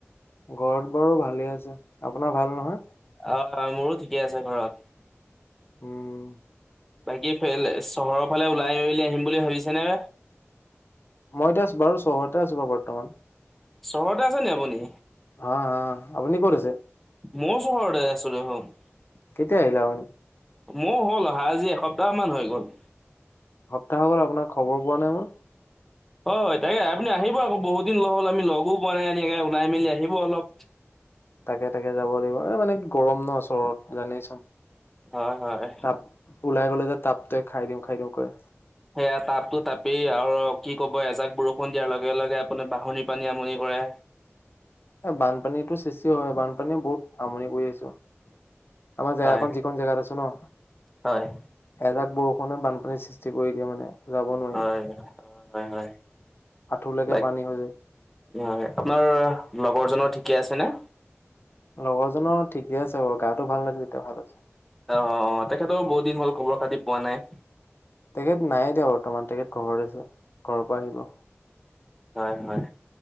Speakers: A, on the left; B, in the centre.
A: ঘৰত বাৰু ভালে আছে, আপোনাৰ ভাল নহয়?
B: অ অ, মোৰো ঠিকে আছে ঘৰত।
A: উম
B: বাকী ফেল চহৰৰ ফালে ওলাই মেলি আহিম বুলি ভাবিছে নে?
A: মই এতিয়া বাৰু চহৰতে আছো বাৰু বৰ্তমান।
B: চহৰতে আছেনি আপুনি?
A: অহ অহ, আপুনি ক'ত আছে?
B: ময়ো চহৰতে আছো দেখুন।
A: কেতিয়া আহিলে আপুনি?
B: মোৰ হ'ল আহা আজি এসপ্তাহ মান হৈ গ'ল।
A: এসপ্তাহ হৈ গ'ল আপোনাৰ খবৰ পোৱা নাই মই।
B: হয় হয়, তাকে আপুনি আহিব আকৌ বহুত দিন হ'ল আমি লগো পোৱা নাই এনেকে ওলাই মেলি আহিব অলপ।
A: তাকে-তাকে যাব লাগিব। এ মানে গৰম ন চহৰত জানেইচোন।
B: হয় হয়।
A: তাপ, ওলাই গ'লে যে তাপটোয়ে খাই দিওঁ খাই দিওঁ কৰে।
B: সেয়া তাপতো তাপেই আৰু কি কব এজাক বৰষুণ দিয়াৰ লগে লগে আপুনি বাঢ়নিৰ পানীয়ে আমনি কৰে।
A: এ বানপানী টো সৃষ্টি হয়, বানপানীয়ে বহুত আমনি কৰি। <unintelligible> আমাৰ জেগা
B: হয়
A: কন যিকন জেগাত আছো ন
B: হয়
A: এজাক বৰষুণে বানপানীৰ সৃষ্টি কৰি দিয়ে মানে। যাব নোৱাৰি,
B: হয় হয় হয়
A: আঠুৰলৈকে
B: লাইক
A: পানী হৈ যায়।
B: হয়, আপনাৰ লগৰ জনৰ ঠিকেই আছেনে?
A: লগৰজনৰ ঠিকে আছে বাৰো গাটো ভাল নাছিল এতিয়া ভাল হৈছে।
B: অ অ অ তেখেতৰ বহুত দিন হ'ল খবৰ খাতি পোৱা নাই।
A: তেখেত নাই দিয়া বৰ্তমান তেখেত ঘৰত আছে, ঘৰৰ পৰা আহিব।
B: হয় হয়।